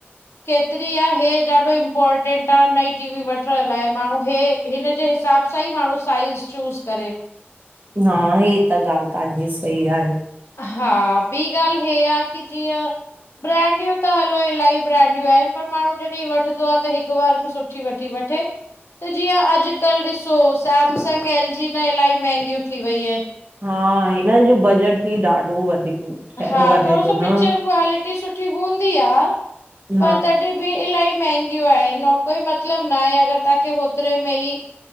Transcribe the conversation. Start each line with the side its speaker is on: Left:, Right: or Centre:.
Left: केतिरी आ, हे ॾाढो इम्पोर्टेंट आ नई टीवी वठण लाइ, माण्हू हे हिन जे हिसाब सां ई माण्हू साइज़ चूस करे।
Right: हा हीअ त ॻाल ताहांजी सही आहे।
Left: हा बि गाल हे आ की जीअं ब्रैंडियूं त हलो इलाही ब्रैंडियूं आहिन पर माण्हू जॾहिं वठदो आ त हिक बार में सु ठी वठी वठे। त जीअं अॼुकल ॾिसो सैमसंग, एल जी न इलाही महांगियूं थी वयईूं आहिन।
Right: हा हिन जो बजट बि ॾाढो वधीक ठहे
Left: हा
Right: वञे
Left: थोड़ो सो
Right: थो
Left: पिच्चर
Right: न
Left: क्वालिटी सुठी हूंदी आ
Right: हा
Left: पर तॾहिं बि इलाही मेंहगियूं आहिन और कोई मतलब ना आहे अगर ताहांखे होतरे में ई